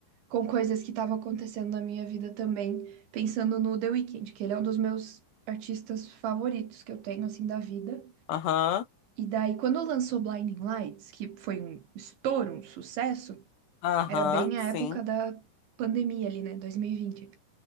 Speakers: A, on the right; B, on the left.
A: com coisas que estavam acontecendo na minha vida também, pensando no The Weeknd, que ele é um dos meus artistas favoritos que eu tenho, assim, da vida.
B: Aham,
A: E daí, quando lançou Blinding Lights, que foi um estouro, um sucesso,
B: aham,
A: era bem
B: sim.
A: a época da pandemia ali, né, 2020.